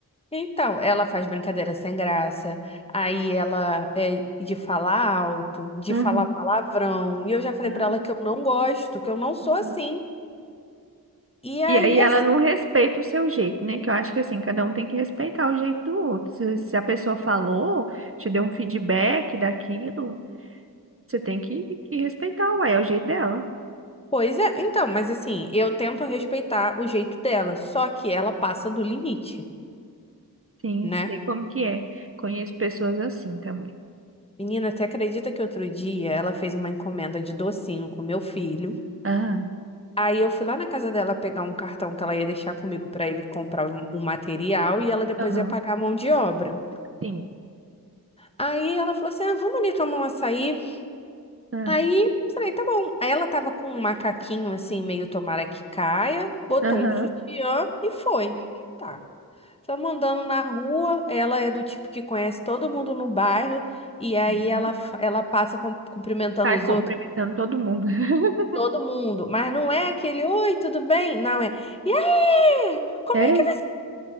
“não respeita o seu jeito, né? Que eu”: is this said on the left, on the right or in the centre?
Right